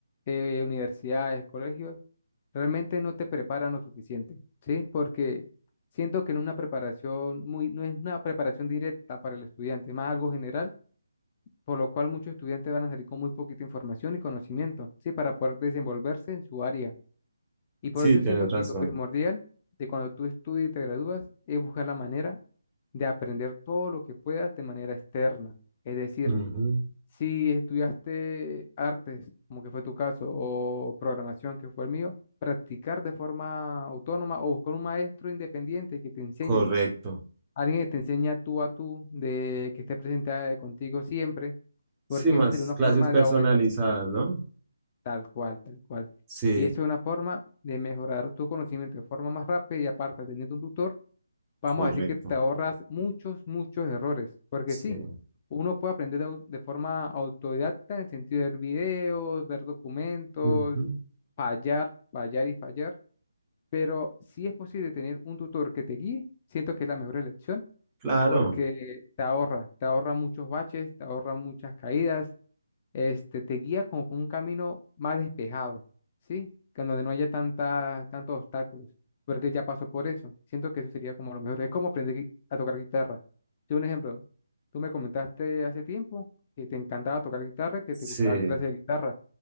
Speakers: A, on the left; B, on the right.
A: eh, universidades, colegios, realmente no te preparan lo suficiente, ¿sí? Porque siento que no es una preparación muy, no es una preparación directa para el estudiante, más algo general, por lo cual muchos estudiantes van a salir con muy poquita información y conocimiento, ¿sí? Para poder desenvolverse en su área. Y por
B: Sí,
A: eso
B: tienes
A: siento que
B: razón.
A: lo primordial de cuando tú estudias y te gradúas es buscar la manera de aprender todo lo que puedas de manera externa. Es decir,
B: Ujú,
A: si estudiaste artes, como que fue tu caso, o programación, que fue el mío, practicar de forma autónoma o buscar un maestro independiente que te enseñe,
B: Correcto.
A: alguien que te enseñe tú a tú, de que esté presente a- contigo siempre,
B: Sí,
A: porque
B: más
A: eso sería una
B: clases
A: forma
B: personalizadas,
A: de aumentar
B: ¿no?
A: tal cual, tal cual.
B: Sí,
A: Y eso es una forma de mejorar tu conocimiento de forma más rápida y aparte teniendo un tutor vamos
B: correcto.
A: a decir que te ahorras muchos, muchos errores, porque
B: Sí.
A: sí, uno puede aprender de, au- de forma autodidacta en el sentido de ver videos, ver documentos,
B: ujú,
A: fallar, fallar y fallar, pero si es posible tener un tutor que te guíe, siento que es la mejor elección,
B: Claro,
A: porque te ahorra, te ahorra muchos baches, te ahorra muchas caídas, este, te guía como por un camino más despejado, ¿sí? Que en donde no haya tanta, tantos obstáculos, porque él ya pasó por eso. Siento que eso sería como lo mejor. Es como aprender gui- a tocar guitarra. Yo, un ejemplo, tú me comentaste hace tiempo que te encantaba tocar guitarra, que
B: sí,
A: te gustaba dar clases de guitarra.